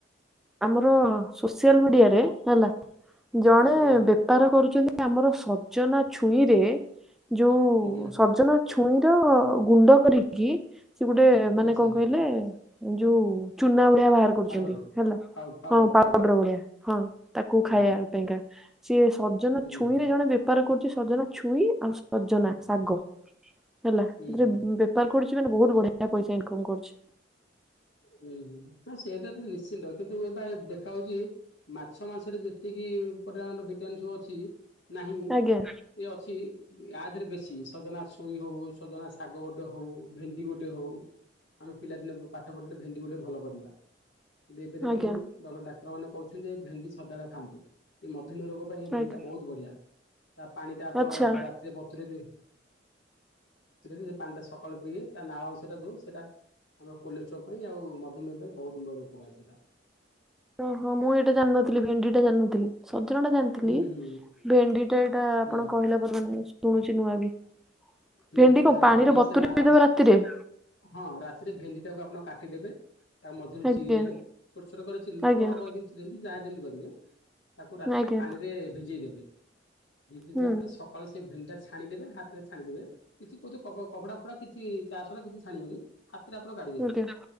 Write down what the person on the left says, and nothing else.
ଆଜ୍ଞା
ଆଜ୍ଞା
ଆଚ୍ଛା
ପାଉଡର
ପାଉ ପାଉଡର
ପାଉଡର
ହୁଁ
ହୁଁ ହୁଁ
ହୁଁ
ହୁଁ
ହୁଁ ହୁଁ ନା ସେଇଟା ତ ନିଶ୍ଚିନ୍ତ କିନ୍ତୁ ଏବେ ଦେଖା ହଉଛି ମାଛ ମାସରେ ଯେତିକି ଟ ଭିଟ ସବୁ ଅଛି ନାହିଁ।
ଏ ଅଛି ଆ ଦେରେ ବେଶୀ ସଜନା ଛୁଇଁ ହଉ, ସଜନା ଶାଗ ଗୋଟେ ହଉ, ଭେଣ୍ଡି ଗୋଟେ ଯାହା ହଉ, ଆମେ ପିଲାଦିନେ ପାଠ ପଢ଼ିଥିଲେ ଭେଣ୍ଡି ଗୋଟେ ଭଲ ପରିବା, କିନ୍ତୁ ଏବେ ଦେଖନ୍ତୁ
ଗମେଣ୍ଟ ଡାକ୍ତର ମାନ କହୁଛନ୍ତି ଯେ ଭେଣ୍ଡି ସଦାବେଳେ ଖାଆନ୍ତୁ, ଏ ମଧୁମେହ ରୋଗ
ପାଇଁ ଭେଣ୍ଡି ଟା ବହୁତ୍ ବଢିଆ। ତା ପାଣି ଟା ଆପଣ
ରାତିରେ ବତୁରେଇ <inaudible> ସେ ପାଣି ଟା ସକାଳୁ ପିଇଵେ, ତା ନାଳ ଅଂଶଟା ଯଉ ସେଟ ଆମର କୋଲେ ଛ ଉ ପାଇଁ ଆଉ ମଧ୍ଧୁମେହ ପାଇଁ ବହୁତ୍ ବଡ ଉପକାରୀ ସେଇଟା।
ହୁଁ ହୁଁ
ହୁଁ
ହୁଁ
ହୁଁ
ନା
ଭେଣ୍ଡିର
ସେ ନାଳ
ଅଂଶ
ହଁ ରାତିରେ ଭେଣ୍ଡି ଟାକୁ ଆପଣ କାଟିଦେବେ ତା ମଝିରୁ
ଚିରି ଦେବେ ଛୋଟ ଛୋଟ କରିଥିଲନ୍ତୁ
ବଡ କରିୁ ଯାହା ଯେମିତି କରିବେ ତାକୁ ରାତିରେ
ପାଣିରେ ଭିଜେଇ ଦେବେ ଭିଜିଲଲା
ପରେ ସକା କକାଳ ସେ ଭେଣ୍ଟା ଛାଣିଦବେ। ହାତରେ ଛାଣି ଦେବେ କିଛି କହୁତ କପା ଫଡା କିଛି ଚାଷା କିଛି ଛାଣିବେନି ହାତରେ ଆପଣ କାଢିଦେବେ‌‌।